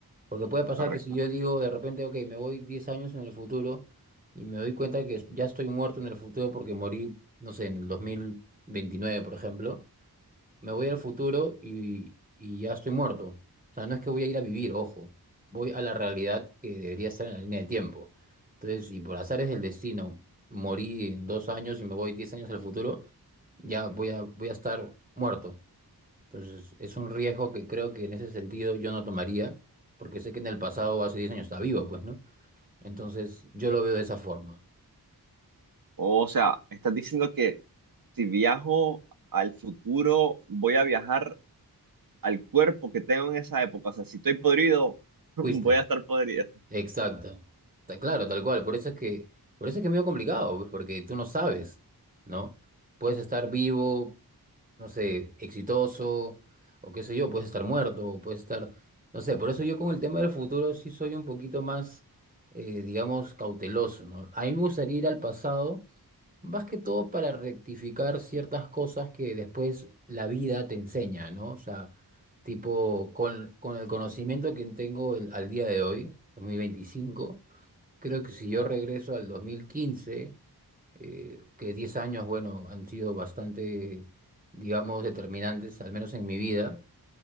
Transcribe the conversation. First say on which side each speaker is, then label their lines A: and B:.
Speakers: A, on the right; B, on the right.
A: Porque puede pasar
B: Correcto.
A: que si yo digo de repente, ok, me voy 10 años en el futuro y me doy cuenta que ya estoy muerto en el futuro porque morí, no sé, en el 2029 por ejemplo, me voy al futuro y, y ya estoy muerto. O sea, no es que voy a ir a vivir, ojo. Voy a la realidad que debería estar en la línea de tiempo. Entonces, si por azares del destino morí en dos años y me voy diez años al futuro, ya voy a, voy a estar muerto. Entonces, es un riesgo que creo que en ese sentido yo no tomaría, porque sé que en el pasado, hace diez años, estaba vivo, pues, ¿no? Entonces, yo lo veo de esa forma.
B: O sea, estás diciendo que si viajo al futuro, voy a viajar al cuerpo que tengo en esa época. O sea, si estoy podrido, <laughs> voy
A: ¿Fuiste?
B: a estar podrido.
A: Exacto. Ta- Claro,
B: <laughs>
A: tal cual. Por eso es que, por eso es que es medio complicado, pues, porque tú no sabes, ¿no? Puedes estar vivo, no sé, exitoso, o qué sé yo, puedes estar muerto, o puedes estar, no sé, por eso yo con el tema del futuro sí soy un poquito más, eh, digamos, cauteloso, ¿no? A mí me gustaría ir al pasado más que todo para rectificar ciertas cosas que después la vida te enseña, ¿no? O sea, tipo, con, con el conocimiento que tengo el- al día de hoy, 2025, creo que si yo regreso al 2015, eh, que 10 años, bueno, han sido bastante, digamos, determinantes, al menos en mi vida,